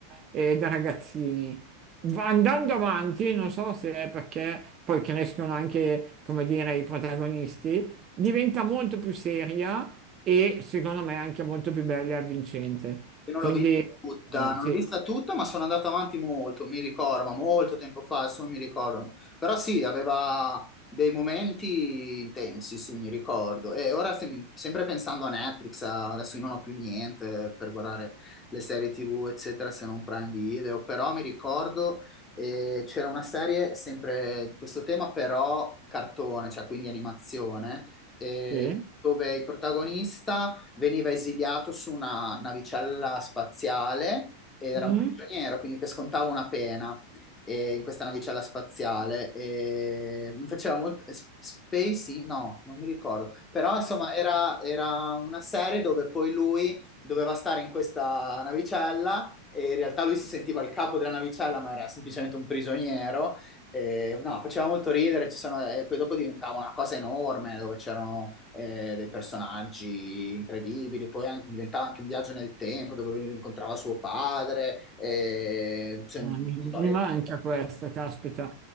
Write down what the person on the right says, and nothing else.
eh, e da ragazzini. Va- Andando avanti, non so se è perché poi crescono anche, come dire, i protagonisti, diventa molto più seria e secondo me anche molto più bella e avvincente.
Quindi,
eh,
sì,
sì.
Mm.
Eh, mi,
mi manca
questa, caspita.